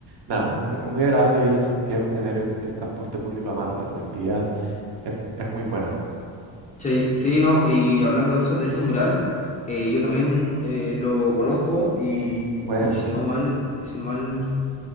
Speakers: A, on the right; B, on the left.
A: Nada, es muy, es muy agradable ir en Santiago y tener el, el transporte público a mano, la conectividad es, mu- es muy buena.
B: sí, sí, no, y hablando de eso, de ese mural, eh, yo también eh, lo conozco y,
A: Buena.
B: y si no mal, si no mal.